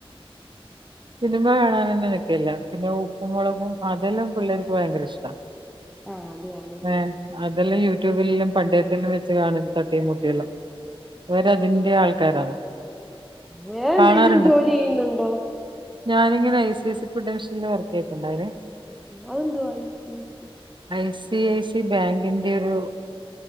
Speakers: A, on the right; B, in the centre.
A: സിനിമ കാണാൻ തന്നെ നിക്കലില്ല പിന്നെ ഉപ്പും മുളകും അതെല്ലാം പിള്ളേർക്ക് ഭയങ്കര ഇഷ്ട്ടാ
B: ആഹ് അതെയാണല്ലേ
A: ഏഹ് അതെല്ലാം യൂട്യൂബിലും പണ്ടേത്തിലും വെച്ച് കാണും തട്ടിയും മുട്ടിയെല്ലാം ഇവരതിന്റെ ആൾക്കാരാണ്
B: വേറെ എന്തെങ്കിലും
A: കാണാറുണ്ടോ
B: ജോലി ചെയ്യുന്നുണ്ടോ
A: ഞാനിങ്ങനെ ഐ സി സി പ്രൊഡക്ഷനിൽ വർക്ക് ചെയ്തിട്ടുണ്ടായിനി
B: അതെന്തുവാ I C C
A: I C I C ബാങ്കിന്റെ ഒരു